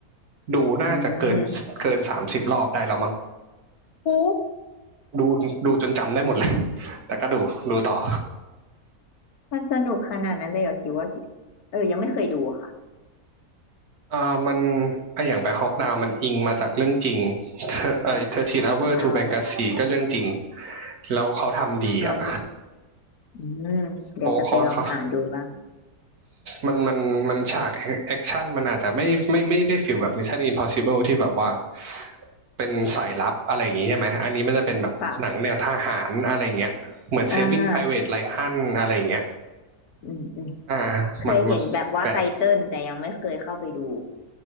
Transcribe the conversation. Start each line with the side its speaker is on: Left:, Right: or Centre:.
Right: ดูน่าจะเกินเกินสามสิบรอบได้แล้วมั้ง
Left: อืมโอ้
Right: ดูดูจนจำได้หมดเลย <laughs> แต่ก็ดูดูต่อ
Left: มันสนุกขนาดนั้นเลยเหรอคิดว่าเออยังไม่เคยดูค่ะ
Right: อ่ามันไออย่างแบ็คฮอกดาวมันอิงมาจากเรื่องจริงเธอไอ13
Left: Black Hawk
Right: hour
Left: Down
Right: to Benghazi ก็เรื่องจริงแล้วเขาทำดีอ่ะ
Left: อ่า อืมเดี๋ยวจะไปลองหาดูบ้าง
Right: เขาเขาเขา มันมันมันฉากแอคชั่นมันอาจจะไม่ไม่ไม่ได้ฟิลแบบ Mission Impossible ที่แบบว่าเป็นสายลับอะไรอย่างงี้ใช่ไหมอันนี้มันจะเป็นแบบหนังแนวทหารอะไรอย่างเงี้ยเหมือน
Left: ปะอ่า
Right: Saving Private Ryan อะไรอย่างเงี้ย
Left: อืมอืม
Right: อ่า
Left: เคยเห็นแบบว่าไตเติ้ลแต่ยังไม่เคยเข้าไปดู
Right: มันมันแบบ